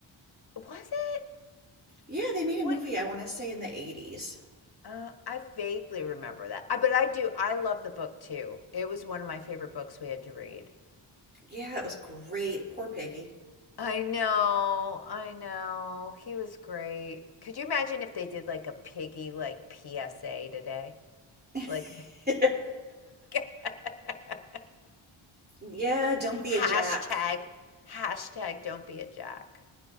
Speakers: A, on the left; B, on the right.
A: Was it?
B: Yeah, they made
A: What?
B: a movie, I want to say, in the 80s.
A: Uh, I vaguely remember that. I, but I do. I love the book too. It was one of my favorite books we had to read.
B: Yeah, it was great. Poor Peggy.
A: I know, I know. He was great. Could you imagine if they did like a piggy like PSA today?
B: <laughs>
A: Like <laughs>
B: Yeah, don't be
A: hashtag
B: a jack.
A: hashtag don't be a jack.